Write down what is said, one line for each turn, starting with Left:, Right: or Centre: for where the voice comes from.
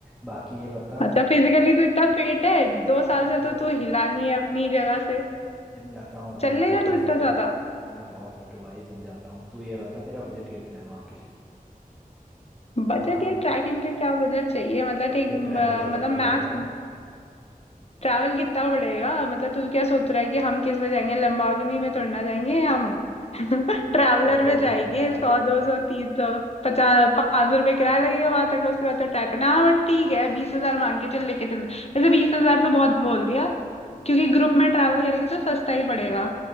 Centre: बाकी ये बता
Left: अच्छा फिजिकली तू इतना फिट है दो साल
Centre: अरे
Left: से तो तू हिला नहीं है अपनी जगह से
Centre: जिम जाता हूँ भाई
Left: चलेगा
Centre: मैं बहुत
Left: तो इतना
Centre: फिट हूँ
Left: ज्यादा
Centre: मैं बहुत फिट हूँ भाई जिम जाता हूँ तू ये बता तेरा बजट कितना है वहाँ के लिए
Left: बजट
Centre: पाँच
Left: या ट्रैकिंग का क्या बजट चाहिए मतलब ठीक
Centre: तो
Left: अ,
Centre: ट्रैवल तो करना
Left: मतलब
Centre: ही पड़ेगा
Left: मैक्स ट्रैवल कितना पड़ेगा मतलब तू क्या सोच रहा है कि हम किस में जाएंगे लंबागिनी में थोड़ी ना जाएंगे हम <laughs> ट्रैवलर
Centre: तो फिर
Left: में जाएंगे
Centre: भी ट्रैवल
Left: सौ दो सौ तीन सौ पचास पाँच सौ रुपये किराया लगेगा वहां तक उसके बाद तो ट्रैक करना हाँ बट ठीक है बीस हजार मान के चल लेके चल वैसे बीस हजार तो बहुत बोल दिया क्योंकि ग्रुप में ट्रैवल करेंगे तो सस्ता ही पड़ेगा